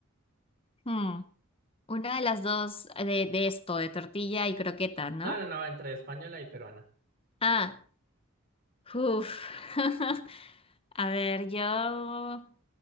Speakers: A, on the left; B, on the right.
A: Hmm, Una de las dos de, de esto, de tortilla y croqueta, ¿no?
B: No, no, no, entre española y peruana.
A: Ah, uff. <laughs> A ver, yo,